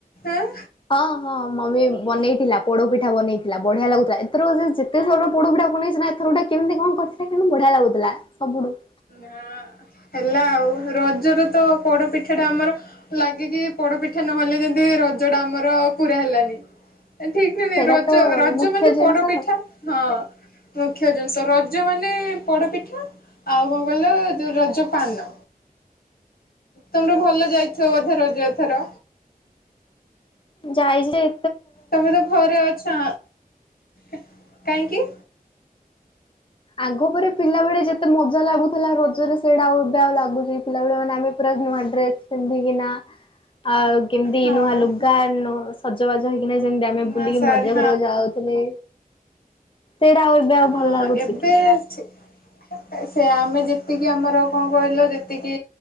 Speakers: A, on the left (about 80°); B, on the left (about 35°).
A: ଆଁ
B: ହଁ ହଁ ମମି ବନେଇଥିଲା, ପୋଡପିଠା ବନେଇଥିଲା, ବଢିଆ ଲାଗୁଥିଲା, ଏଥରକ ସେ ଏତେଥର ପୋଡପିଠାକୁ ବନେଇଛିନା, ଏଥରଗୋଟେ କେମିତି କଣ କରିଥିଲା କିନ୍ତୁ ବଢିଆ ଲାଗୁଥିଲା ସବୁଠୁ।
A: ହଁ ହେଲା ଆଉ, ରଜରେତ ପୋଡ ପିଠା ଟା ଆମର ଲାଗିକି, ପୋଡପିଠା ନହେଲେ ଯେମିତି ରଜ ଟା ଆମର ପୁରା ହେଲାନି। ଠିକ ନାହିଁ,
B: ସେଇଟା
A: ରଜ,
B: ତ
A: ରଜ
B: ମୁଖ୍ୟ
A: ମାନେ
B: ଜିନିଷ
A: ପୋଡ
B: ଆଉ।
A: ପିଠା। ହଁ ମୁଖ୍ୟ ଜିନିଷ, ରଜ ମାନେ ପୋଡପିଠା ଆଉ କଣ କହିଲ, ଯୋଉ ରଜ ପାନ, ତମର ଭଲ ଯାଇ ଥିବ ବୋଧେ ରଜ ଏଥର।
B: ଯାଇଚି
A: ତମେ ତ ଘରେ ଅଛ, କାହିଁକି?
B: ଆଗ ପରେ ପିଲାବେଳେ ଯେତେ ମଜା ଲାଗୁଥିଲା ରଜରେ ସେଇଟା ଆଉ ଏବେ ଲାଗୁଛି ପିଲା ଭଳିଆ ମାନେ ଆମେ ପୁରା ନୂଆ ଡ୍ରେସ୍ ପିନ୍ଧିକିନା, ଆଉ କେମିତି
A: ହଁ
B: ନୂଆ ଲୁଗା,
A: ହଁ।
B: ନ ସଜବାଜ ହେଇକିନା ଯେମିତି ଆମେ
A: ନୂଆ
B: ବୁଲିକି
A: ଶାଢ଼ୀ
B: ମଜା କରିବାକୁ ଯାଉଥିଲେ ସେଇଟା ଆଉ ଆଉ
A: ହଁ
B: ଭଲ ଲାଗୁଛି
A: ଏବେ
B: କି?
A: ଅଛି ସେ ଆମେ ଯେତିକି ଆମର କଣ କହିଲ, ଯେତିକି